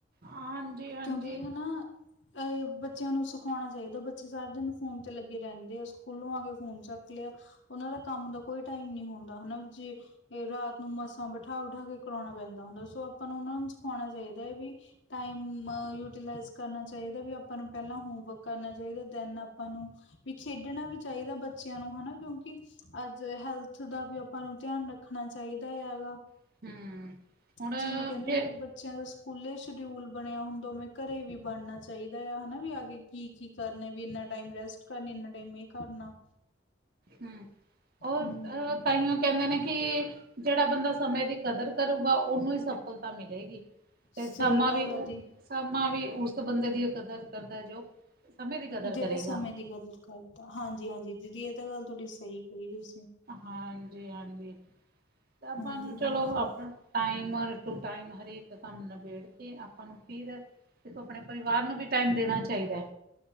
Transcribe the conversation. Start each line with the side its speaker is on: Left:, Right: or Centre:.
Right: ਹਾਂਜੀ ਹਾਂਜੀ।
Left: ਕਿਉਂਕਿ, ਹਨਾ ਐਹ, ਬੱਚਿਆਂ ਨੂੰ ਸਿਖਾਉਨਾ ਚਾਈਦਾ। ਬੱਚੇ ਸਾਰਾ ਦਿਨ ਫੋਨ 'ਤੇ ਲੱਗੇ ਰੈਂਦੇ ਆ, ਸਕੂਲੋਂ ਆ ਕੇ ਫੋਨ ਚੱਕ ਲਿਆ। ਉਨਾਂ ਦਾ ਕੰਮ ਦਾ ਕੋਈ ਟਾਈਮ ਨੀ ਹੁੰਦਾ, ਹਨਾ ਜੀ? ਏਅ ਰਾਤ ਨੂੰ ਮਸਾ ਬਿਠਾ-ਬਿਠਾ ਕੇ ਕਰਾਨਾ ਪੈਂਦਾ ਹੁੰਦਾ, ਸੋ ਆਪਾਂ ਨੂੰ ਉਨਾ ਨੂੰ ਸਿਖਾਨਾ ਚਾਈਦੈ, ਬਈ ਟਾਈਮ ਨਾਲ ਯੂਟੀਲਾਈਜ਼ ਕਰਨਾ ਚਾਈਦਾ, ਵੀ ਆਪਾਂ ਨੂੰ ਪਹਿਲਾਂ ਹੋਮਵਰਕ ਕਰਨਾ ਚਾਈਦੈ, ਦੈਨ ਆਪਾਂ ਨੂੰ ਵੀ ਖੇਡਨਾ ਵੀ ਚਾਈਦਾ ਬੱਚਿਆਂ ਨੂੰ, ਹਨਾ, ਕਿਉਂਕਿ ਅੱਜ ਹੈਲਥ ਦਾ ਵੀ ਆਪਾਂ ਨੂੰ ਧਿਆਨ ਰੱਖਣਾ ਚਾਈਦਾ, ਯਾ ਲਾ?
Right: ਹੂੰ ਹੁਣ
Left: ਜਿਵੇਂ ਕੈਂਦੇ
Right: ਜੇ
Left: ਹੁੰਦੇ, ਬ ਜਿਵੇ ਸਕੂਲੇ ਸ਼ਡਿਊਲ ਬਣਿਆ ਹੁੰਦਾ, ਉਵੇਂ ਘਰੇ ਵੀ ਬਣਨਾ ਚਾਈਦਾ ਆ, ਹਨਾ? ਵੀ ਆ ਕੇ ਕੀ- ਕੀ ਕਰਨਾ ਵੀ, ਇੰਨਾ ਟੈਮ ਰੈਸਟ ਕਰਨੀ, ਇੰਨਾ ਟੈਮ ਇਹ ਕਰਨਾ।
Right: ਹੂੰ, ਓਹ-ਓਹ
Left: ਹੂੰ
Right: ਤਾਈਓ ਕੈਂਦੇ ਨੇ ਕਿ ਜੇੜਾ ਬੰਦਾ ਸਮੇਂ ਦੀ ਕਦਰ ਕਰੂਗਾ ਓਨੂੰ ਈ ਸਫਲਤਾ ਮਿਲੇਗੀ। ਤੇ
Left: ਸਹੀ
Right: ਸਮਾਂ
Left: ਗੱਲ
Right: ਵੀ ਓ
Left: ਆ ਦੀ
Right: ਸਮਾਂ ਵੀ ਉਸ ਬੰਦੇ ਦੀ ਕਦਰ ਕਰਦਾ ਜੋ ਸਮੇਂ ਦੀ ਕਦਰ
Left: ਜੇੜਾ
Right: ਕਰੇਗਾ।
Left: ਸਮੇਂ ਦੀ ਕਦਰ ਕਰਦਾ, ਹਾਂਜੀ-ਹਾਂਜੀ ਦੀਦੀ ਐ ਤੇ ਗੱਲ ਥੋਡੀ ਸਈ ਕਈ ਤੁਸੀਂ।
Right: ਹਾਂਜੀ-ਹਾਂਜੀ ਤਾਂ ਆਪਾਂ
Left: ਹਾਂਜੀ
Right: ਨੂੰ ਚਲੋ
Left: ਹਾਂਜੀ
Right: ਆਪਾਂ ਟਾਈਮ ਔਰ ਟੂ ਟਾਈਮ ਹਰੇਕ ਕੰਮ ਨਬੇੜ ਕੇ ਆਪਾਂ ਨੂੰ ਫਿਰ ਆਪਣੇ ਪਰਿਵਾਰ ਨੂੰ ਵੀ ਟਾਈਮ ਦੇਣਾ ਚਾਹੀਦਾ ਐ।